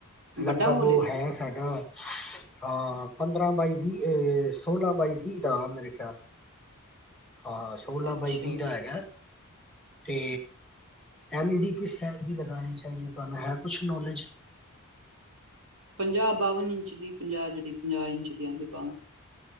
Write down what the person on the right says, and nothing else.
ਵੱਡਾ
ਹੋਲ
ਏ
ਅੱਛਾ
ਪੰਜਾਹ ਬਵਨ ਇੰਚ ਦੀ ਪੰਜਾਹ ਜਿਹੜੀ ਪੰਜਾਹ ਇੰਚ ਜਾਂਦੀ ਪਾ